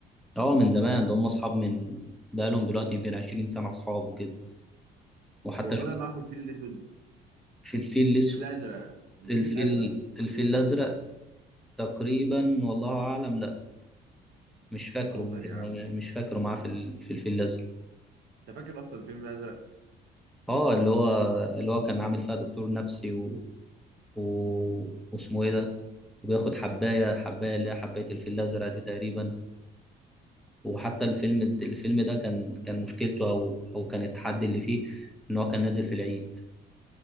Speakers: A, in the centre; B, on the right.
A: اه من زمان ده هم اصحاب من بقالهم دلوقتي يمكن 20 سنه اصحاب وكده وحتى
B: هو طلع
A: شوف
B: معاه في الفيل الأسود
A: في الفيل الاسود
B: الفيل الأزرق الفيل
A: الفيل
B: الأزرق
A: الفيل الازرق تقريبا والله اعلم لا مش فاكره
B: بتهزر يا عم
A: مش فاكره معاه في ال- في الفيل الازرق
B: انت فاكر اصلا الفيلم الازرق
A: اه اللي هو اللي هو كان عامل فيها دكتور نفسي و... و... واسمه ايه ده وبياخد حبايه حبايه اللي هي حبايه الفيل الازرق دي تقريبا وحتى الفيلم الفيلم ده كان كان مشكلته او او كان التحدي اللي فيه ان هو كان نازل في العيد